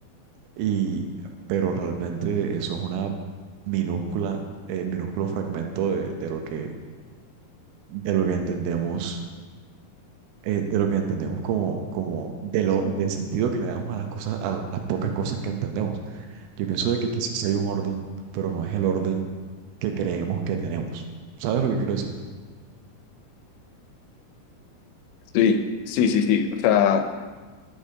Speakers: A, on the right; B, on the left.
A: Y, pero realmente eso es una minúscula, eh, minúsculo fragmento de, de lo que, de lo que entendemos. eh, de lo que entendemos como, como de lo, del sentido que le damos a las cosas, a las pocas cosas que entendemos. Yo pienso de que quizás sí hay un orden, pero no es el orden que creemos que tenemos. ¿Sabes lo que quiero decir?
B: Sí, sí, sí, sí. O sea,